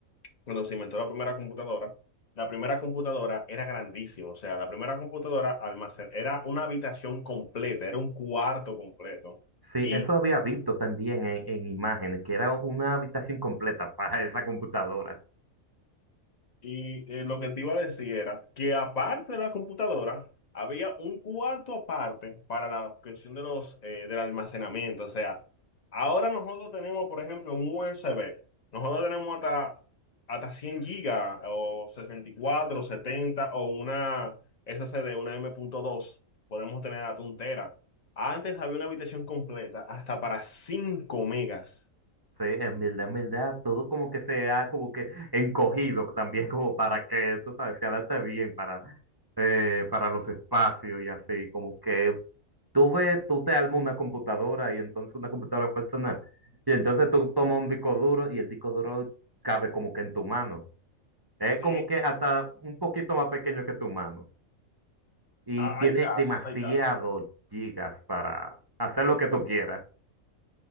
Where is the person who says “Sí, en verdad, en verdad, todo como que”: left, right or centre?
Right